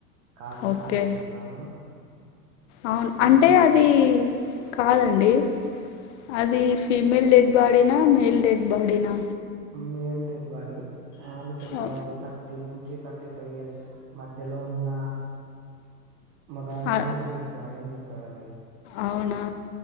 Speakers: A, on the right; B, on the left.
A: కాల్చి
B: ఓకే
A: చంపేసినారు
B: అవును
A: అని
B: అంటే
A: చెప్తారండి
B: అది కాదండి అది ఫీమేల్ డెడ్ బాడిన మేల్ డెడ్ బాడినా
A: మేయిల్ డెడ్ బాడి ఆయన చెప్తాడంండి
B: ఓ
A: త టీ నుంచి థర్టీ ఫైవ్ ఇయర్స్ మధ్యలో ఉన్న మగాడిది
B: ఆ
A: అటు బాడీ అని చెప్తాడండి
B: అవునా